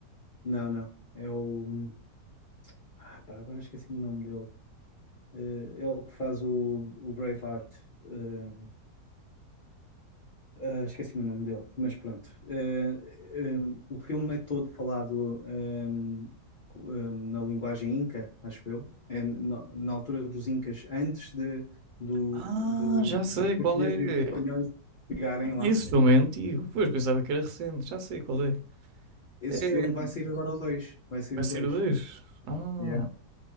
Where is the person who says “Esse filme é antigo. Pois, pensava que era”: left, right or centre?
Right